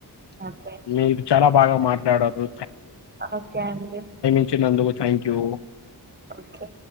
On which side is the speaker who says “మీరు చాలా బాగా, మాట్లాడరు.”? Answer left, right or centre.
Left